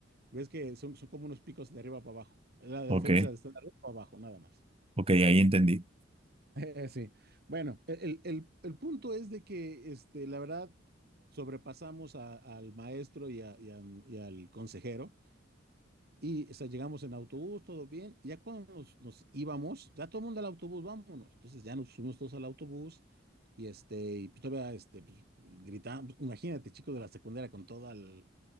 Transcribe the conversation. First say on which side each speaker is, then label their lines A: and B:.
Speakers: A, on the right; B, on the right.
A: Ves que son, son como unos picos de arriba para abajo. La, la
B: Ok,
A: diferencia de estar de arriba para abajo, nada más. <laughs>
B: ok, ahí entendí.
A: Eh, sí. Bueno, el, el- el punto es de que este, la verdad sobrepasamos a- al maestro y, a- y a- y al consejero. Y o sea, llegamos en autobús, todo bien. Y ya cuando nos, nos íbamos, ya todo el mundo al autobús, vámonos. Entonces ya nos subimos todos al autobús y este, y pues todavía este, pues, gritamos. Imagínate, chicos de la secundaria con toda el-